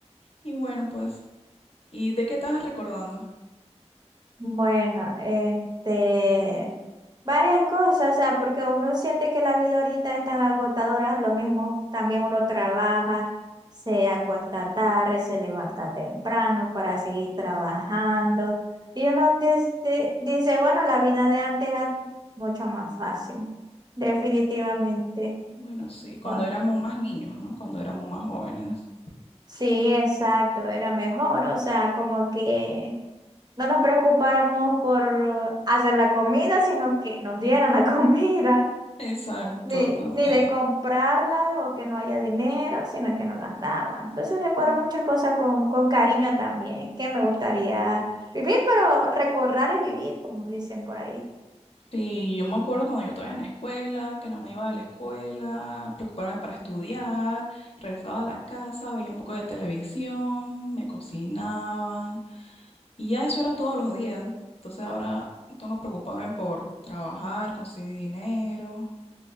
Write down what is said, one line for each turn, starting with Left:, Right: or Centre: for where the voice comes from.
Left: Y bueno, pues, ¿y de qué estás recordando?
Right: Bueno, este, varias cosas, o sea, porque uno siente que la vida ahorita es tan agotadora, lo mismo también uno trabaja, se acuesta tarde, se levanta temprano para seguir trabajando, y uno dis- di- dice, bueno, la vida de antes era mucho más fácil, definitivamente.
Left: Bueno, sí, cuando
Right: Bueno,
Left: éramos más niños, ¿no? Cuando éramos más jóvenes.
Right: sí, exacto, era mejor, o sea, como que... no nos preocupáramos por hacer la comida, sino que nos dieran la <laughs> comida,
Left: Exacto,
Right: ni,
Left: también.
Right: ni de comprarla o que no haya dinero, sino que nos las daban. Entonces recuerdo
Left: Mm.
Right: muchas cosas con, con cariño también, que me gustaría vivir, pero recordar es vivir, como dicen por ahí.
Left: Sí, yo me acuerdo cuando yo estaba en la escuela, que nada más iba de la escuela, preocuparme para estudiar, regresaba a la casa, veía un poco de televisión, me cocinaban. Y ya eso era todos los días. Entonces ahora tengo que preocuparme por trabajar, conseguir dinero,